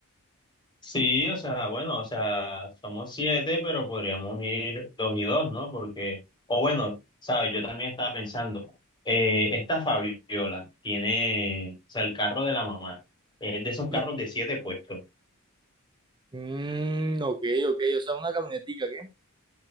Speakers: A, on the left (about 20°); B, on the right (about 20°).
A: sí, o sea, bueno, o sea, somos siete, pero podríamos ir dos y dos, ¿no? Porque, o bueno, sabes, yo también estaba pensando, eh, esta Fabiola tiene, o sea, el carro de la mamá, es de esos carros
B: Sí.
A: de siete puestos.
B: Mm, ok, ok, o sea, una camionetica, ¿qué?